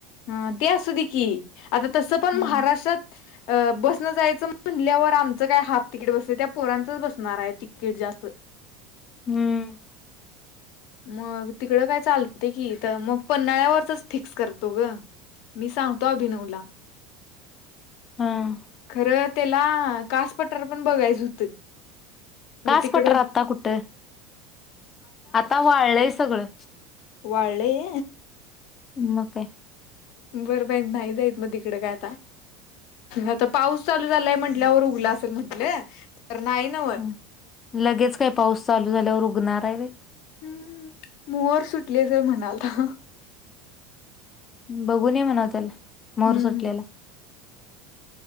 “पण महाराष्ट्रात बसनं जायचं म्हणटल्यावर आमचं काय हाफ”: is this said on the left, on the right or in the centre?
Left